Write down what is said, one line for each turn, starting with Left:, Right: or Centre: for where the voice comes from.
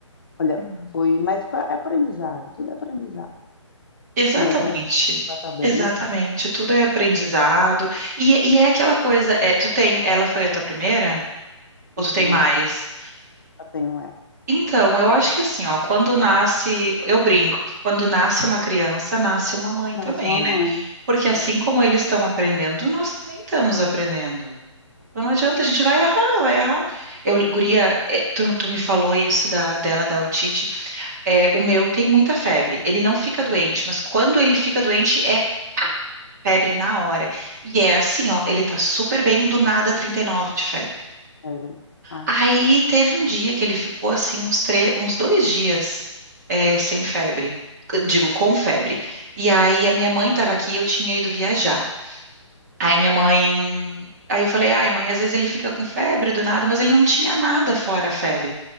Left: Olha,
Right: Uhum.
Left: foi, mas foi aprendizado, tudo é aprendizado,
Right: Exatamente.
Left: né? Graças a Deus ela tá bem,
Right: Exatamente. Tudo é aprendizado. E, e é aquela coisa, é, tu tem, ela foi a tua primeira? Ou
Left: em
Right: tu
Left: primeiro,
Right: tem mais?
Left: eu tenho ela.
Right: Então, eu acho que assim, ó, quando nasce, eu brinco que quando nasce uma criança, nasce uma mãe
Left: Nasceu
Right: também,
Left: uma mãe,
Right: né? Porque assim
Left: é,
Right: como eles estão aprendendo, nós também estamos aprendendo. Então não adianta, a gente vai errar, vai errar. Eu, guria, é, tu, tu me falou isso da, dela, da otite. É, o meu tem muita febre. Ele não fica doente, mas quando ele fica doente, é pá, febre na hora. E é assim, ó, ele tá super bem, do nada 39 de febre.
Left: Evelyn. Aff,
Right: Aí teve um dia que ele ficou assim uns, tre- uns dois dias eh, sem febre. Eu Digo, com febre. E aí a minha mãe estava aqui e eu tinha ido viajar. Aí minha mãe. Aí eu falei, ai, mãe, às vezes ele fica com febre do nada, mas ele não tinha nada fora a febre.